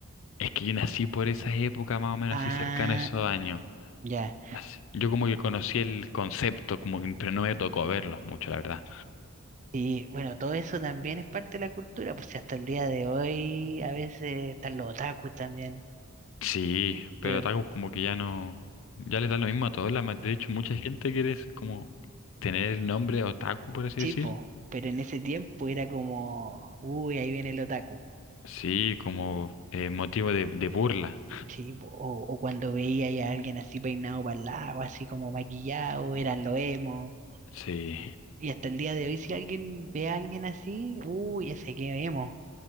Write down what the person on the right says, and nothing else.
Ah,
ya.
Y bueno, todo eso también es parte de la cultura, pues si hasta el día de hoy a veces están los otakus también,
pero
chipo,
pero en ese tiempo era como, uy, ahí viene el otaku,
chipo, o, o cuando veía ya a alguien así peinado para el lado, así como maquillado, eran los emo,
y hasta el día de hoy si alguien ve a alguien así, uy, ese que emo,